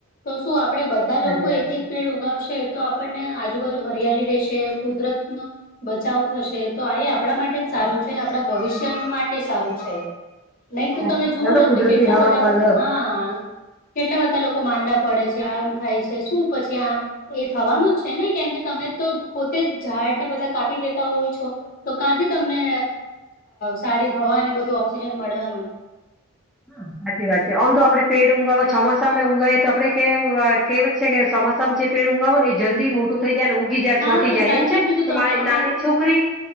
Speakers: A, on the left; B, in the centre.
A: તો શું આપડે બધા
B: સાચી
A: લોકો
B: વાત
A: એક
B: છે
A: એક પેડ ઉગાવશે તો આપણને આજુબાજુ હરિયાલી રહેશે કુદરતન બચાવ થશે તો આ એ આપણા માટે જ સારું છે, આપણા ભવિષ્ય માટે સારું છે. નહી તો
B: સાચી
A: તમે
B: વાત
A: જુઓ,
B: આપડે
A: ને આપણેે
B: કુદરતી
A: કેટલા
B: હવા
A: બધા
B: મલે
A: હા કેટલા બધા લોકો માંડા પડે છે, આમ થાય છે શું પછી આમ એ થવાનું જ છેને, કેમ કે તમે તો પોતે ઝાડને બધા કાપી દેતા હોય છો, તો કાંથી તમને સારી હવા અને બધું ઓક્સિજન મળવાનુ
B: હા સાચી વાત છે, આમ તો આપડે પેડ ઊગાવા ચોમાસામાં ઊગાવીએ તો આપડ કેમ કે છે કે સોમાસામ જે પે ઊગાવો ને એ જલ્દી મોટુ થઈ જાય
A: હા
B: છોટી જાય
A: સાચું
B: એમ છે,
A: કીધું તમે
B: મારી
A: હમણાં
B: નાની છોકરી